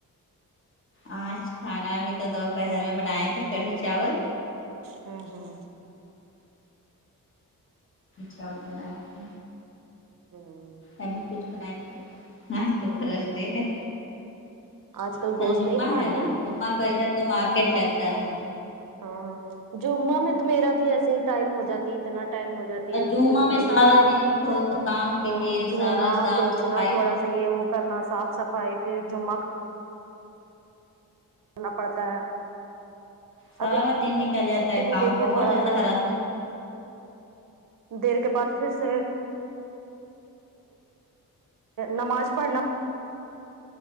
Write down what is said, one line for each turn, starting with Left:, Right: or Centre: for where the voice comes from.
Left: آج کھانا ابھی تو دوپہر میں بنائے تھے کڑھی چاول
Right: ہوں ہوں
Left: چاول بناائے کے
Right: ہوں
Left: ابھی کچھ بنائے آج تو
Right: ہوں
Left: کراش ڈے ہے
Right: آج گوشت
Left: کل جمعہ
Right: نہیں کھا
Left: ہے
Right: رہے
Left: نا
Right: ہیں
Left: جمعہ کو ادھر تو مارکیٹ لگتا ہے
Right: ہاں ہاں جمعہ میں تو میرا بھی ایسے ہی ٹائم ہو جاتی اتنا ٹائم ہو جاتا کیونکہ
Left: جمعہ
Right: اس میں
Left: سارا
Right: بھی
Left: دن اٹھو تو کام کیجیے
Right: او دھونا
Left: سارا صاف
Right: پوچھنا
Left: صفائی
Right: تھوڑا سا صحیح ہے وہ کرنا صاف صفائی پھر جمعہ کرنا پڑتا ہے
Left: سارا
Right: ابھی
Left: دن نکل جاتا ہے
Right: بھی
Left: کام
Right: دیکھیے
Left: بہت
Right: تھوڑا
Left: زیادہ
Right: سا
Left: ہرا
Right: دیر کے بعد پھر سے نماز پڑھنا